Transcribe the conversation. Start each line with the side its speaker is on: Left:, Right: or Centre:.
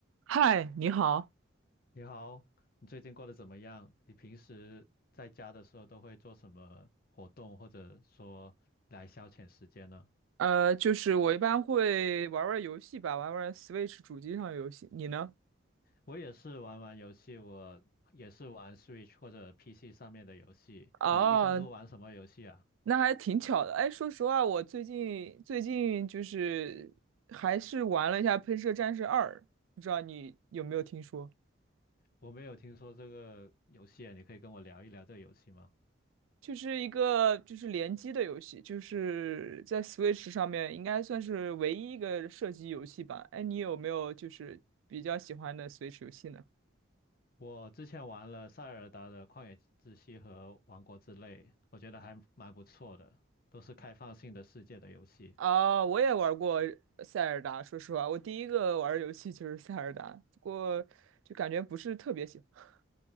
Right: 嗨，你好。
Left: 你好，你最近过得怎么样？你平时在家的时候都会做什么活动，或者说来消遣时间呢？
Right: 呃，就是我一般会玩玩游戏吧，玩玩 Switch 主机上的游戏。你呢？
Left: 我也是玩玩游戏，我也是玩 Switch 或者 PC 上面的游戏。
Right: 哦，
Left: 你一般都玩什么游戏啊？
Right: 那还挺巧的。哎，说实话，我最近最近就是还是玩了一下《喷射战士二》，不知道你有没有听说？
Left: 我没有听说这个游戏啊，你可以跟我聊一聊这个游戏吗？
Right: 就是一个就是联机的游戏，就是在 Switch 上面应该算是唯一一个射击游戏吧。哎，你有没有就是比较喜欢的 Switch 游戏呢？
Left: 我之前玩了塞尔达的旷野之息和王国之泪，我觉得还蛮不错的，都是开放性的世界的游戏。
Right: 啊，我也玩过塞尔达。说实话，我第一个玩的游戏就是塞尔达，不过就感觉不是特别喜欢。